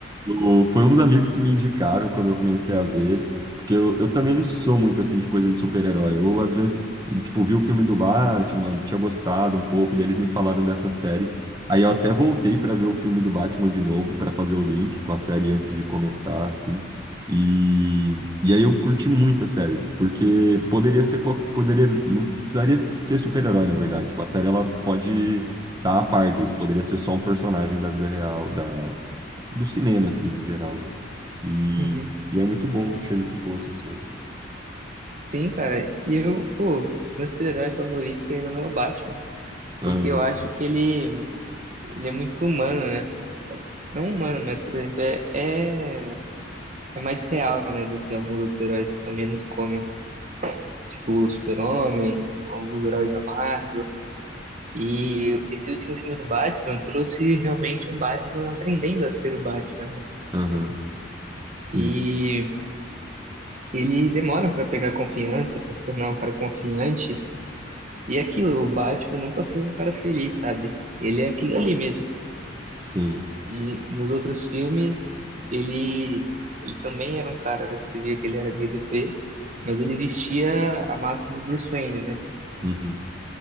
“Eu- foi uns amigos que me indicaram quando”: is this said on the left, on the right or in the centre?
Right